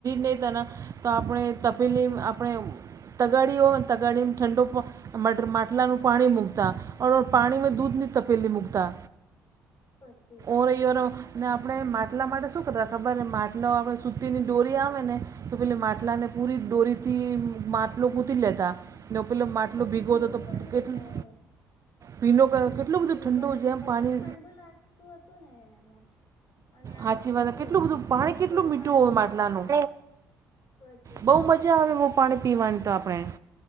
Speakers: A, on the right; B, on the left.
A: નહીં તા તો આપણે તપેલી આપણે તગાડીઓ તગાડીને ઠંડો માટ માટલાનું પાણી મૂકતા અ પાણીમાં દૂધની તપેલી મૂકતા.
B: પછી
A: <inaudible> આપણે માટલા માટે શું કરતા ખબર માટલો આપણે સૂતીની ડોરી આવે ને તો પેલી માટલા ને પૂરી દોરીથી માટલો કૂતી લેતા. ને પેલો
B: અને
A: માટલો
B: પછી
A: ભીગો
B: ભીણું
A: હતો તો
B: કરી
A: કેટલું?
B: દેતા એને
A: ભીનો કેટલું
B: ભીણું
A: બધું ઠંડુય
B: કરીને
A: છે
B: પછી
A: પાણી
B: ઠંડુ લાગતું હતું ને એનામાં જ અને આજ
A: હાચી
B: તો
A: વાત
B: ફ્રીજ
A: કેટલું બધું પાણી
B: ફ્રીજ
A: કેટલું
B: સિવાય
A: મીઠું
B: પાણી
A: હોય
B: જ નહી
A: માટલાનું
B: પછી
A: બહુ મજા આવે એવું પાણી પીવાની તો આપણે